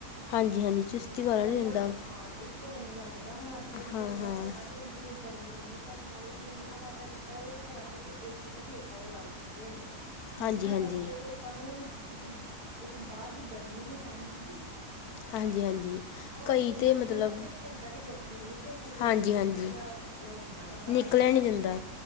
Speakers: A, on the left (about 75°); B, on the right (about 30°).
A: ਹਾਂਜੀ ਹਾਂਜੀ ਚੁਸਤੀ
B: ਬੱਚੇ
A: ਵਾਲਾ
B: ਦਾ
A: ਨਹੀਂ ਰਹਿੰਦਾ
B: ਧਿਆਨ ਹਾਂ ਇੱਕੋ ਬੰਨੇ ਲੱਗ ਜਾਂਦਾ ਹੁਣ ਅੱਜ ਕੱਲ੍ਹ ਜਿਵੇਂ
A: ਹਾਂ
B: ਲਗਾ
A: ਹਾਂ
B: ਲਓ ਅੱਜ ਕੱਲ ਜਿਵੇਂ ਗਰਮੀ ਇੰਨੀ ਟੈਕਨੋਲੋਜੀ ਨੇ ਇੰਨਾ ਵਾਧਾ ਕੀਤਾ ਘਰਾਂ ਵਿੱਚ ਏ ਸੀ ਤੱਕ ਲੋਕਾਂ ਦੇ ਲੱਗ ਚੁੱਕੇ ਗਾਏ ਨੇ ਤੇ ਜਿਨਾ
A: ਹਾਂਜੀ
B: ਕਰਕੇ
A: ਹਾਂਜੀ
B: ਲੋਕ ਲੋਕਾਂ ਨੂੰ ਇੱਕ ਇੱਕ ਬਾਅਦ ਦੀ ਗਰਮੀ ਨੀ ਸਹਿਣ ਹੁੰਦੀ।
A: ਹਾਂਜੀ, ਹਾਂਜੀ।
B: ਹਨਾ ਉਹ
A: ਕਈ
B: ਉਹਨਾਂ
A: ਤਾਂ
B: ਨੂੰ ਇਹ
A: ਮਤਲਬ
B: ਹੁੰਦਾ ਕਿ ਅਸੀਂ ਅੰਦਰ ਹੀ ਬੈਠੇ ਰਹੀਏ ਕਿ ਸਾਡੇ ਕੋਲ
A: ਹਾਂਜੀ
B: ਗਰਮੀ
A: ਹਾਂਜੀ
B: ਚ ਨਹੀਂ ਬਾਹਰ ਨਿਕਲਨ ਨਿਕਲਿਆ ਜਾਂਦਾ ਬਰਦਾਸ਼ਤ
A: ਨਿਕਲਿਆ
B: ਨਹੀਂ ਕਰਦੇ।
A: ਜਾਂਦਾ